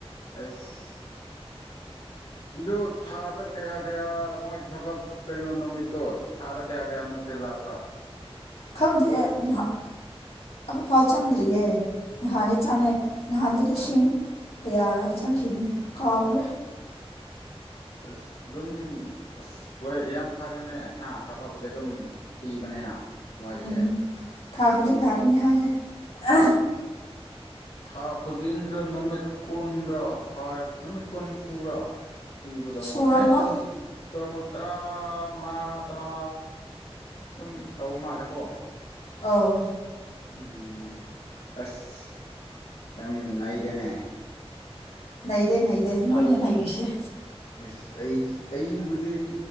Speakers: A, on the left; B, on the left.
A: ꯑꯁ ꯑꯗꯨ ꯊꯥꯗ ꯀꯌꯥ ꯀꯌꯥ ꯃꯣꯏ ꯊꯕꯛ ꯀꯩꯅꯣ ꯅꯨꯃꯤꯠꯇꯣ ꯊꯥꯗ ꯀꯌꯥ ꯀꯌꯥꯃꯨꯛꯇꯤ ꯂꯥꯛꯄ꯭ꯔꯥ
B: ꯈꯪꯗꯦꯍ ꯑꯃꯨꯛꯐꯥꯎ ꯆꯪꯗ꯭ꯔꯤꯌꯦ ꯅꯍꯥꯟꯅꯤ ꯆꯪꯉꯦ ꯅꯍꯥꯟꯅꯤ ꯂꯤꯁꯤꯡ ꯀꯌꯥꯔꯥ ꯆꯪꯈꯤꯕꯅꯦ ꯀꯥꯎꯈ꯭ꯔꯦ
A: ꯑꯁ ꯑꯗꯨꯝ ꯑꯁ ꯍꯣꯏ ꯌꯥꯝ ꯐꯔꯦꯅꯦ ꯍꯥ ꯊꯕꯛꯄꯨꯗꯤ ꯑꯗꯨꯝ ꯄꯤꯕꯅꯤꯅ ꯃꯣꯏꯒꯤꯁꯦ
B: ꯎꯝ ꯊꯥꯈꯣꯗꯤꯡ ꯂꯒꯅꯤ ꯍꯥꯏ ꯌ‌ꯦ
A: ꯎꯝ ꯊꯥ ꯈꯨꯗꯤꯡꯗ ꯅꯨꯃꯤꯠ ꯀꯨꯟꯗ ꯍꯥꯏ ꯅꯨꯃꯤꯠ ꯀꯨꯟ ꯁꯨꯕꯔꯥ ꯄꯤꯕꯗꯃꯣꯏ
B: ꯁꯨꯔꯝꯃꯣꯏ
A: ꯑꯦ ꯀꯣꯟꯁꯤ ꯇꯧꯔꯝꯃ‌ꯣꯏ ꯇꯔꯥ ꯃꯉꯥ ꯇꯔꯥ ꯑꯗꯨꯝ ꯇꯧꯕ ꯃꯥꯜꯂꯦꯀꯣ
B: ꯑꯥꯎ
A: ꯎꯝ ꯑꯁ ꯌꯥꯝ ꯅꯩꯗꯦꯅꯦ
B: ꯅꯩꯗꯦ ꯅꯩꯗꯦ ꯅꯣꯏꯅ ꯅꯔꯤꯁꯦ
A: ꯑꯦꯁ ꯑꯩ ꯑꯩꯕꯨꯗꯤ